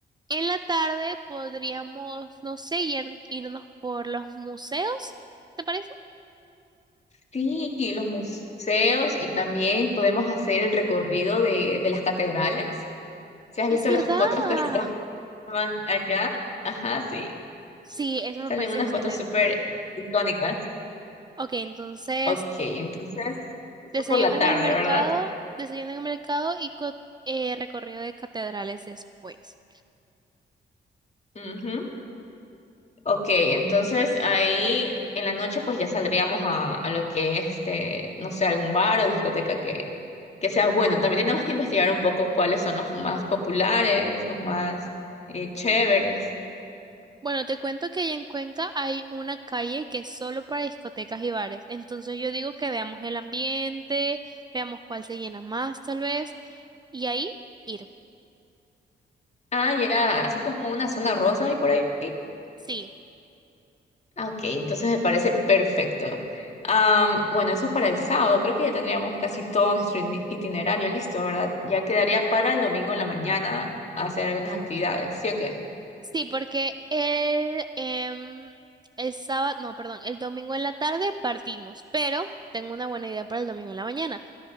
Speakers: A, on the right; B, on the left.
A: en la tarde podríamos, no sé, ir- irnos por los museos, ¿te parece?
B: Sí, y los museos y también podemos hacer el recorrido de, de las catedrales. Si has
A: Es
B: visto
A: verdad.
B: las fotos que se toman allá? Ajá, sí.
A: Sí, eso me
B: Salen
A: parece
B: unas
A: excelente.
B: fotos súper icónicas.
A: Ok, entonces
B: Ok, entonces, eso
A: Desayuno
B: por la tarde,
A: en el mercado,
B: ¿verdad?
A: desayuno en el mercado y co- eh, recorrido de catedrales después.
B: Ujú. Ok, entonces ahí en la noche pues ya saldríamos a, a lo que este, no sé, algún bar o discoteca que, que sea bueno. También tenemos que investigar un poco cuáles son los más populares, los más eh, chéveres.
A: Bueno, te cuento que allá en Cuenca hay una calle que es solo para discotecas y bares. Entonces yo digo que veamos el ambiente, veamos cuál se llena más tal vez, y ahí ir.
B: Ah, ya, así como una zona rosa y por ahí.
A: Sí,
B: Ah, Ok, entonces me parece perfecto. Am, bueno, eso para el sábado. Creo que ya tendríamos casi todo nuestro ini- itinerario listo, ¿verdad? Ya quedaría para el domingo en la mañana hacer algunas actividades, ¿sí o qué?
A: sí, porque el, em, el sábado, no, perdón, el domingo en la tarde partimos, pero tengo una buena idea para el domingo en la mañana.